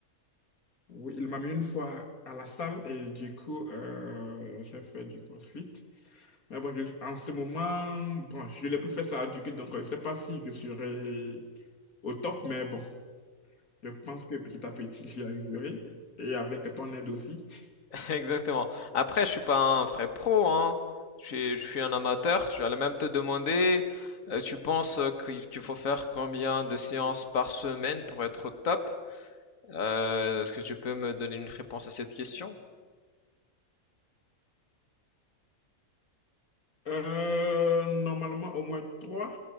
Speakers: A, on the left; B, on the left.
A: Oui, il m'a mis une fois à la salle et du coup, euh, j'ai fait du CrossFit. Mais bon, je- en ce moment, bon, je n'ai plus fait ça du coup, donc euh, je ne sais pas si je serai au top, mais bon, je pense que petit à petit, j'y arriverai. Et avec ton aide aussi.
B: <laughs> Exactement. Après, je suis pas un vrai pro, hein. Je suis, je suis un amateur. Je vais même te demander, euh, tu penses euh, qu'il qu'il faut faire combien de séances par semaine pour être au top? Euh, est-ce que tu peux me donner une réponse à cette question?
A: Euh, normalement, au moins trois,